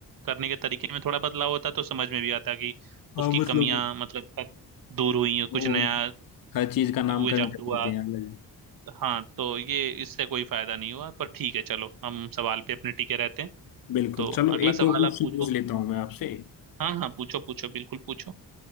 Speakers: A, on the right; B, on the left.
A: करने के तरीके में थोड़ा बदलाव होता तो समझ में भी आता कि
B: हाँ
A: उसकी
B: मतलब
A: कमियां मतलब अब दूर हुई हैं
B: वो
A: कुछ नया
B: हर चीज का नामकरण
A: इजाद
B: कर
A: हुआ
B: देते हैं अलग
A: हाँ तो ये इससे कोई फायदा नहीं हुआ पर ठीक है चलो हम सवाल पे अपने टिके रहते हैं
B: बिल्कुल
A: तो
B: चलो
A: अगला
B: एक
A: सवाल
B: और क्वेश्चन
A: आप पूछो
B: पूछ लेता हूँ मैं आपसे
A: हाँ हाँ पूछो पूछो बिल्कुल पूछो